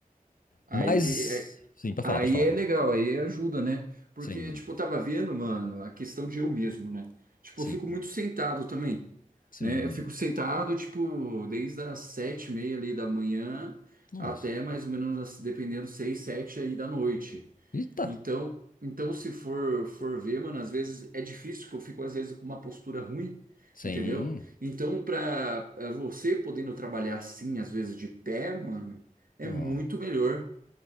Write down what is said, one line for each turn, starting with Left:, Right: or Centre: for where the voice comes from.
Right: Aí
Left: Mas, sim, pra falar,
Right: Aí
Left: pode falar.
Right: é legal, aí ajuda, né? Porque,
Left: Sim,
Right: tipo, eu tava vendo, mano, a questão de eu mesmo, né? Tipo,
Left: sim,
Right: eu fico muito sentado também,
Left: sim.
Right: né? Eu fico sentado, tipo, desde as sete e meia ali da manhã
Left: Nossa.
Right: até mais ou menos, as- dependendo, seis, sete aí da noite.
Left: Eita.
Right: Então, então se for, for ver, mano, às vezes é difícil, porque eu fico, às vezes, com uma postura ruim,
Left: Sim.
Right: entendeu? Então, pra eh, você podendo trabalhar assim, às vezes, de pé, mano, é
Left: Não,
Right: muito melhor.